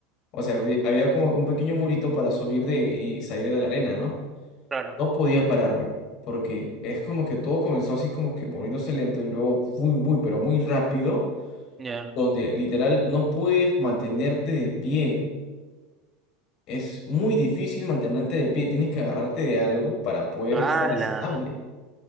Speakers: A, on the left; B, on the right.
A: o sea, había había como que un pequeño murito para subir de, y salir de la arena, ¿no?
B: Claro.
A: No podía pararme porque es como que todo comenzó así como que moviéndose lento y luego muy, muy, pero muy rápido,
B: Ya.
A: donde literal no puedes mantenerte de pie. Es muy difícil mantenerte de pie, tienes que agarrarte de algo para poder
B: ¡Hala!
A: estar estable.